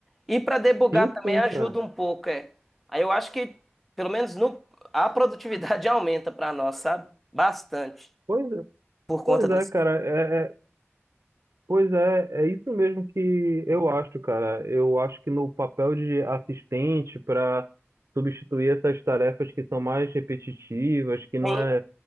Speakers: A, in the centre; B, on the right.
A: E pra debugar
B: Sim,
A: também
B: sim,
A: ajuda
B: cara.
A: um pouco, é. Aí eu acho que, pelo menos no, a produtividade <laughs> aumenta pra nós, sabe? Bastante.
B: Pois é,
A: Por
B: pois
A: conta das...
B: é, cara. É, é, Pois é, é isso mesmo que eu acho, cara. Eu acho que no papel de assistente para substituir essas tarefas que são mais repetitivas, que não
A: Sim,
B: é